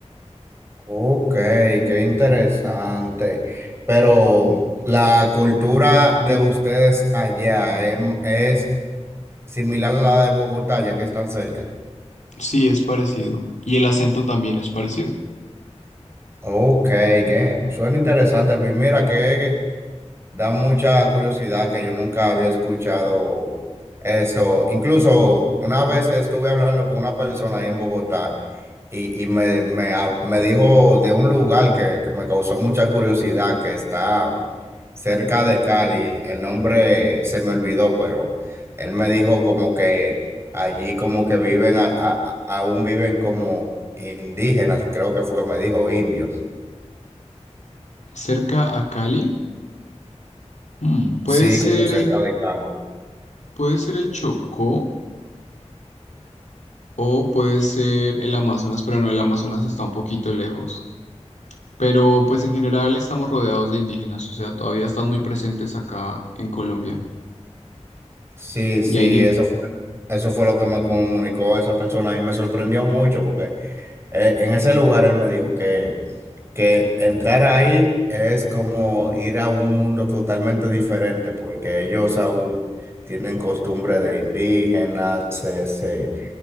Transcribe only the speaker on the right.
ok, qué interesante. Pero la cultura de ustedes allá em- es, similar a la de Bogotá, ya que están cerca.
Ok, que suena interesante. Pues Mira que Da mucha curiosidad que yo nunca había escuchado eso. Incluso una vez estuve hablando con una persona ahí en Bogotá y, y me, me, ha- me dijo de un lugar que, que me causó mucha curiosidad, que está cerca de Cali. El nombre se me olvidó, pero él me dijo como que allí como que viven, a- a- a- aún viven como indígenas, creo que fue que me dijo, indios.
Sí,
como cerca
de Cali.
Sí, sí,
eso fue, eso fue lo que me comunicó esa persona y me sorprendió mucho porque eh, en ese lugar él me dijo que, que entrar ahí es como ir a un mundo totalmente diferente porque ellos aún tienen costumbre de indígenas, se, se,